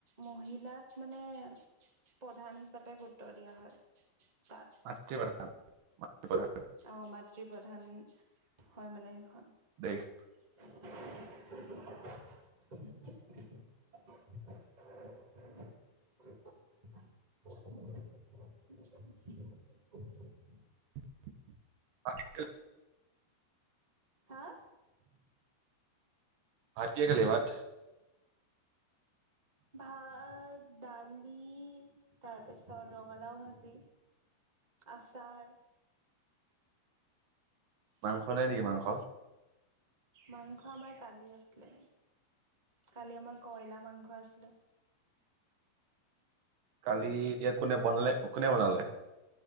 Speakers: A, on the right; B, on the right.
A: মহিলাক মানে প্ৰধান হিচাপে গুৰুত্ব দিয়া হয় তাত।
B: মাতৃ প্ৰধান। প্ৰধান
A: অ', মাতৃ প্ৰধান হয় মানে সেইখন।
B: দেশ।
A: <inaudible> <inaudible> <inaudible>
B: <inaudible>
A: হা
B: ভাত কিহে খালি ভাত
A: ভাত দালি তাৰপিছত ৰঙালাও ভাজি আচাৰ
B: মাংস নাই নেকি মাংস
A: মাংস আমাৰ কালিৰ আছিলে। কালি আমাৰ কইলা মাংস আছিলে।
B: কালি এতিয়া কোনে বনালে কোনে বনালে?